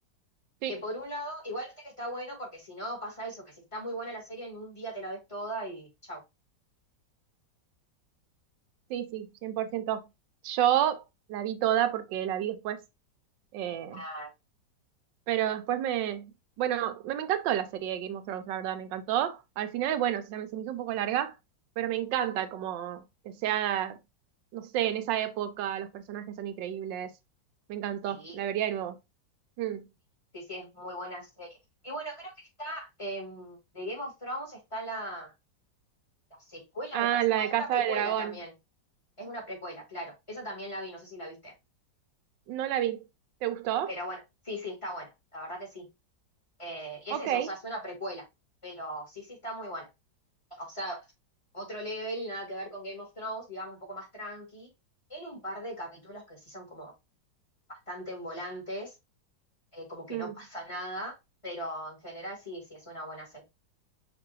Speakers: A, on the right; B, on the left.
A: Sí,
B: Que por un lado, igual viste que está bueno, porque si no pasa eso, que si está muy buena la serie, en un día te la ves toda y chau.
A: sí, sí, 100%. Yo la vi toda porque la vi después. eh,
B: Ah,
A: Pero después me, bueno, me, me encantó la serie de Game of Thrones, la verdad, me encantó. Al final, bueno, se me, se me hizo un poco larga, pero me encanta como que sea, no sé, en esa época los personajes son increíbles. Me encantó,
B: sí.
A: la vería de nuevo. Mm.
B: Sí, sí, es muy buena serie. Y bueno, creo que está, em, de Game of Thrones está la, la secuela,
A: Ah,
B: me parece.
A: la
B: No,
A: de
B: es
A: Casa
B: una precuela
A: de Dragón.
B: también. Es una precuela, claro. Esa también la vi, no sé si la viste.
A: No la vi. ¿Te gustó?
B: Pero bueno, sí, sí, está buena. La verdad que sí. Eh, y es
A: Ok.
B: eso, o sea, es una precuela. Pero sí, sí, está muy buena. O sea, otro level, nada que ver con Game of Thrones, digamos, un poco más tranqui. Tiene un par de capítulos que sí son como bastante envolantes, eh, como que
A: Mm.
B: no pasa nada. Pero en general sí, sí, es una buena serie.